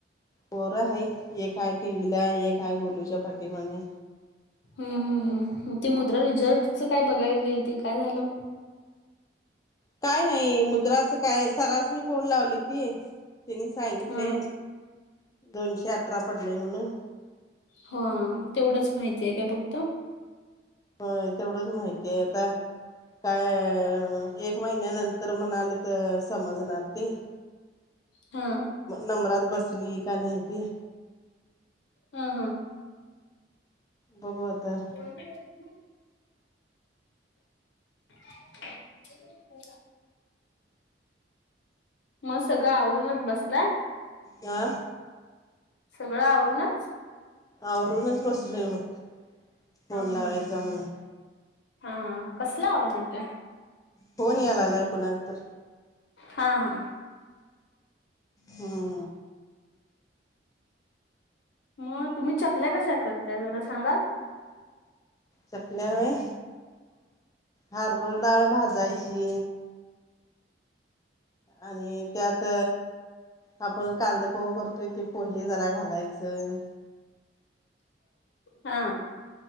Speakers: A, on the left (about 20°); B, on the left (about 80°).
A: पोर हायतकी एक आहे टीव्हीला एक हाय गोलुच्या पाटी माग.
B: हम् हम्म हम ते मुद्रा रिझर्टच काय बघायला गेलेली ते काय झालं?
A: काय नाही मुद्राच काय सरासनी फोन लावली ती, तिनि सांगितले
B: हा
A: दोनशे अठरा पडले म्हणून,
B: हा तेवढंच माहिती आहे काय फक्त?
A: होय तेवढंच माहितीय आता, काय एक एक महिन्यानंतर म्हणाल तर समजणार ते,
B: हा.
A: नंबरात बसली का नाही ते,
B: हाहा
A: बघू आता.
B: हो <inaudible> <inaudible> ह सगळं आवरून चं बसलाय.
A: आं.
B: सगळं आवरून चं.
A: आवरूनच बसलोय बघ. फोन
B: हा
A: लावायचा
B: हा
A: म्हणून
B: हा. कसला आवाज येतोय.
A: फोन यायलाय कोणाचा तर.
B: हा हा.
A: ह.
B: मग तुम्ही चकल्या कशा, करताय जरा सांगाल.
A: चकल्या व्हय, हरभराडाळ भाजायची. आणि त्यात, आपण कांदा पोह करतोय ते. पोहे जरा घालायचं.
B: हां.